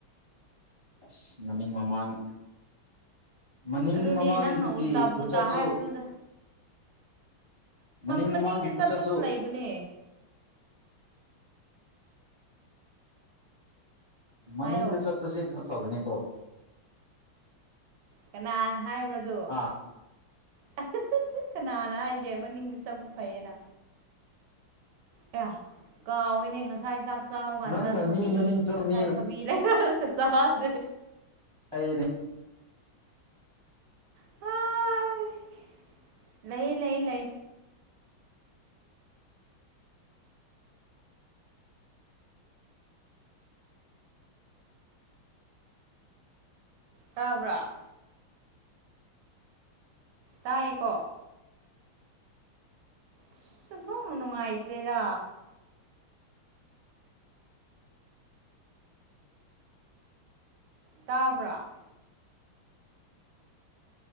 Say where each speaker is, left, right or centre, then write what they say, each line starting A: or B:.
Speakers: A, on the right (about 45°); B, on the right (about 80°).
A: ꯑꯁ ꯃꯅꯤꯡ ꯃꯃꯥꯡ ꯃꯅꯤꯡ
B: ꯑꯗꯨꯅꯦ
A: ꯃꯃꯥꯡꯒꯤ
B: ꯅꯪꯅ ꯎꯜꯇꯥ ꯄꯨꯜꯇꯥ
A: ꯈꯨꯆꯠꯁꯨ
B: ꯍꯥꯏꯕꯗꯨꯗ
A: ꯃꯅꯤꯡ
B: ꯃꯅꯤꯡꯗ
A: ꯃꯃꯥꯡꯒꯤ ꯈꯨꯆꯠꯁꯨ
B: ꯆꯠꯄꯁꯨ ꯂꯩꯕꯅꯦ
A: ꯃꯅꯤꯡꯗ
B: ꯍꯥꯏꯌꯣ
A: ꯆꯠꯄꯁꯤ ꯑꯐꯕꯅꯤꯀ‌ꯣ
B: ꯀꯅꯥꯅ ꯍꯥꯏꯕ꯭ꯔꯗꯨ
A: ꯍꯥ
B: <unintelligible> ꯀꯅꯥꯅ ꯍꯥꯏꯒꯦ ꯃꯅꯤꯡꯅ ꯆꯠꯄ ꯐꯩꯌꯦꯅ ꯑ ꯀꯥꯎꯋꯤꯅꯦ ꯉꯁꯥꯏ ꯆꯥꯛ ꯆꯥꯕ ꯀꯥꯟꯗ
A: ꯅꯪꯅ
B: ꯊꯕꯤ
A: ꯃꯤ ꯃꯅꯤꯡ ꯆꯠ
B: ꯉꯁꯥꯏ
A: ꯃꯤ
B: ꯊꯕꯤꯔ <unintelligible> ꯁꯥꯗ
A: ꯑꯩꯅꯦ
B: <unintelligible> ꯍꯣꯏ ꯂꯩ ꯂꯩ ꯂꯩ ꯇꯥꯕ꯭ꯔꯥ ꯇꯥꯏꯌ‌‌ꯦꯀꯣ ꯑꯁ ꯑ‌ꯣꯟꯊ‌ꯣꯛꯅ ꯅꯨꯡꯉꯥꯏꯇ꯭ꯔꯦꯗ ꯇꯥꯕ꯭ꯔꯥ